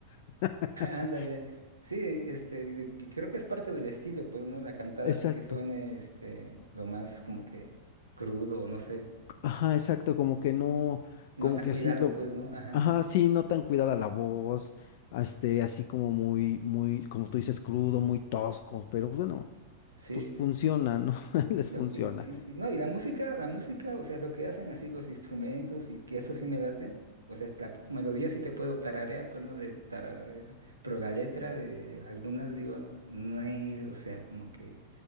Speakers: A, on the left; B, on the right.
A: <laughs>
B: <laughs> Ándale. Sí, este, de- y creo que es parte del estilo, pues, ¿no? La cantada
A: Exacto.
B: así que suene, este, lo más como que crudo, o no sé,
A: Ajá, exacto. Como que no,
B: n- no
A: como
B: tan
A: que
B: cuidado,
A: así lo,
B: pues, ¿no? Ajá.
A: ajá, sí, no tan cuidada la voz. a Este, así como muy, muy, como tú dices, crudo, muy tosco. Pero pues, bueno,
B: Sí,
A: pues funciona, ¿no? <laughs> Les
B: lo
A: funciona.
B: que es- Mm. y, y no, y la música, la música, o sea, lo que hacen así los instrumentos y que eso sí me late, o sea, la melodía sí te puedo tararear, pues, ¿no? De tararara, pero la letra de algunas, digo, Nel, o sea, como que...